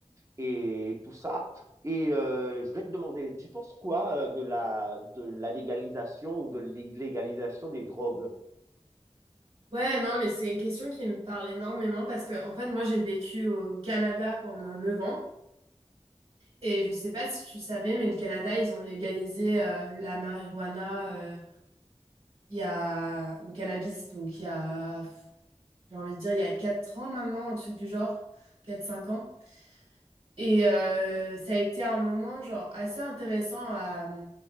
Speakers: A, on the right (about 25°); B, on the right (about 50°).
A: et tout ça. Et euh, je voulais te demander, tu penses quoi euh, de la, de la légalisation ou de l'illégalisation des drogues?
B: Ouais, non, mais c'est une question qui me parle énormément parce que, en fait, moi, j'ai vécu au Canada pendant 9 ans et je sais pas si tu savais, mais le Canada, ils ont légalisé euh, la marijuana, euh, il y a le cannabis, donc il y a, j'ai envie de dire, il y a 4 ans maintenant, un truc du genre, quatre cinq ans. Et euh, ça a été un moment genre assez intéressant à,